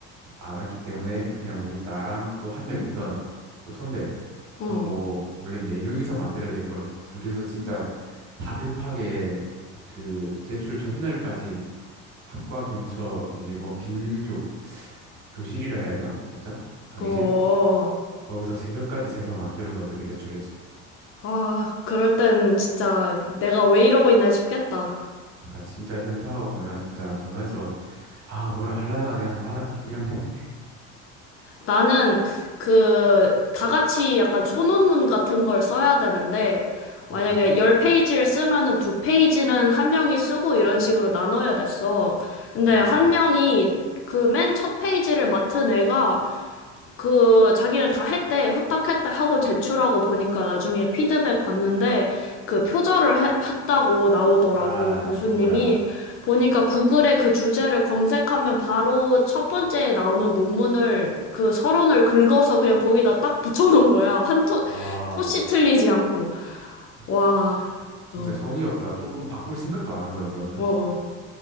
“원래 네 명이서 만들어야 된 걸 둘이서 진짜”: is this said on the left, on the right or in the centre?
Right